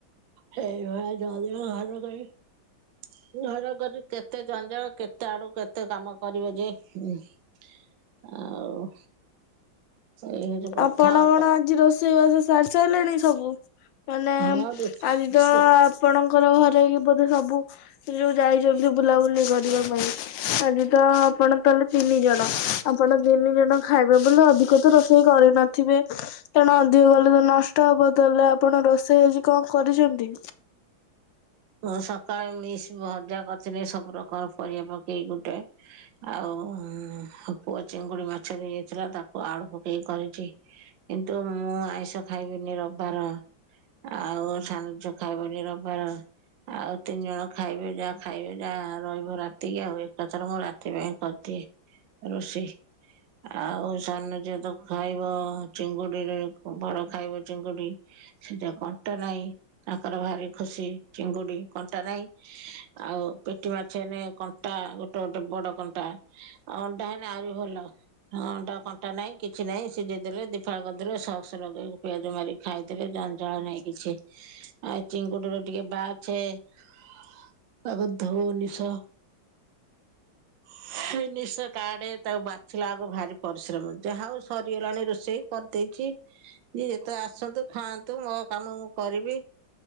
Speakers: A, on the right; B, on the left.
A: ସେଇଭଳିଆ ଜଦି ଘର କରି- -ଘର କରି କେତେ ଜଞ୍ଜାଳ କେତେ ଆଡୁ କେତେ କାମ କରିବେ ଯେ- -ଆଉ- ଏଇ ହଉଛି କଥା
B: ଆପଣ
A: ଆଉ
B: କଣ ଆଜି ରୋଷେଇବାସ ସାରି ସାରିଲେଣି ସବୁ? -ମାନେ
A: ହଁ ରେ,
B: ଆଜି ତ-
A: ସେ
B: ଆପଣଙ୍କର ଘରେ ବି ବୋଧେ ସବୁ ସେ ଯୋଉ ଯାଇଛନ୍ତି ବୁଲାବୁଲି କରିବା ପାଇଁ। -ଆଜି ତ ଆପଣ ତାହେଲେ ତିନି ଜଣ ଆପଣ ତିନି ଜଣ ଖାଇବେ ବଲେ ଅଧିକ ତ ରୋଷେଇ- -ହିଁ କରିନଥିବେ ତେଣୁ ଅଧିକ କଲେ ତ ନଷ୍ଟ- ତା ବଦଳରେ ଆପଣ ରୋଷେଇ ଆଜି କଣ କରିଛନ୍ତି?
A: ହଁ ସକାଳେ ମିସ୍ ଭଜା କରିଥିଲି ସବୁ ପ୍ରକାର ପରିବା ପକେଇକି ଗୋଟେ। ଆଉ ପୁଅ ଚିଙ୍ଗୁଡି ମାଛ ଦେଇ ଯାଇଥିଲା ତାକୁ ଆଳୁ ପକେଇ କରିଛି। କିନ୍ତୁ ମୁଁ ଆଇଁଷ ଖାଇବିନି ରବିବାର। ଆଉ ସାନଝିଅ ଖାଇବନି ରବିବାର। ଆଉ ତିନି ଜଣ ଖାଇବେ ଯାହା ଖାଇବେ ଯାହା ରହିବ ରାତିକି ଆଉ ଏକାଥରେ ମୁଁ ରାତି ପାଇଁ କରିଦିଏ। ରୋଷେଇ। ଆଉ ସାନ ଝିଅ ତ ଖାଇବ ଚିଙ୍ଗୁଡିରେ ବଡ଼ ଖାଇବ ଚିଙ୍ଗୁଡି। ସେ ଯେ କଣ୍ଟା ନାହିଁ ତାଙ୍କର ଭାରି ଖୁସି ଚିଙ୍ଗୁଡି କଣ୍ଟା ନାଇଁ। ଆଉ ପେଟି ମାଛେନେ କଣ୍ଟା ଗୋଟେ ଗୋଟେ ବଡ କଣ୍ଟା। ଆଉ ଅଣ୍ଡା ହେନେ ଆହୁରି ଭଲ। -ହଁଅ ଅଣ୍ଡା କଣ୍ଟା ନାଇଁ କିଛି ନାହିଁ ସିଝେଇ ଦେଲେ ଦିଫାଳ କରିଦେଲେ ସକ୍ସ ଲଗେଇ ପିଆଜ ମାରିକି- -ଖାଇଦବେ ଜଞ୍ଚାଳ ନାଇଁ କିଛି। ଆଉ ଏଇ ଚିଙ୍ଗୁଡିରେ- -ଟିକେ ବାଛେ ତାକୁ ଧୋ ନିଶ- -ସେ ନିଶ କାଡେ ତାକୁ ବାଛିିଲା ଅଳକୁ ଭାରି ପରିଶ୍ରମ। ଯାହା ହଉ- -ସରିଗଲାଣି ରୋଷେଇ କରିଦେଇଚି- -ଯିଏ ଯେତେବେଳେ ଆସନ୍ତୁ ଖାଆନ୍ତୁ ମୋ କାମ ମୁଁ କରିବି